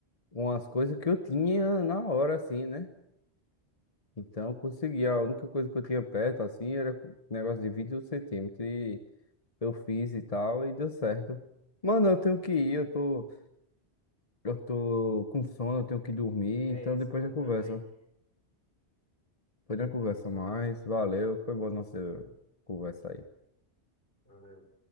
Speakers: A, on the left (about 35°); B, on the left (about 55°).
A: com as coisas que eu tinha na hora, assim, né? Então eu consegui. A única coisa que eu tinha perto, assim, era um negócio de 21 centímetros. E eu fiz e tal, e deu certo. Mano, eu tenho que ir, eu tô, eu tô com sono, eu tenho que dormir.
B: É
A: Então
B: isso,
A: depois
B: mano,
A: a gente conversa.
B: também.
A: Depois a gente conversa
B: É isso, valeu.
A: mais. Valeu, foi boa nossa conversa aí.
B: Valeu.